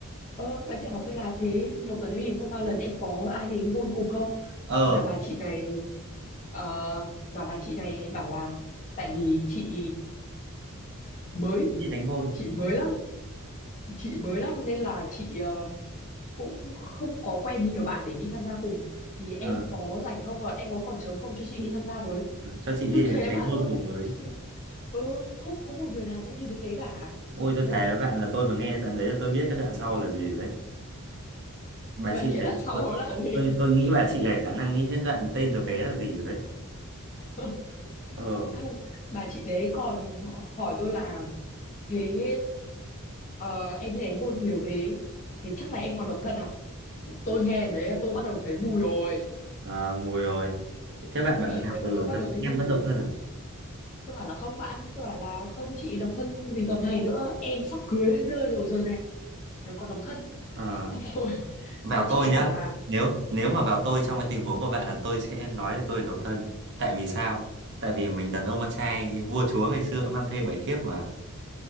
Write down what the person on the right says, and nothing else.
ờ
đi đánh gôn
ờ
ờ, cho chị đi
đánh,
đánh
gôn
cùng với
ôi tôi
thề
với bạn là tôi mà nghe đoạn đấy là tôi biết cái đoạn sau là gì rồi đấy bà
chị
này
tôi
tôi tôi nghĩ bà chị này khả năng nghĩ đến đoạn tên đứa bé là gì rồi đấy
ờ
à, mùi rồi thế bạn
bảo
là
ừ
em
vẫn
độc thân à
Ờ,
vào
tôi
nhá
nếu nếu mà vào tôi trong cái tình huống của bạn là tôi sẽ nói là tôi là độc thân tại vì sao tại vì mình đàn ông con trai vua chúa ngày xưa cũng năm thê bảy thiếp mà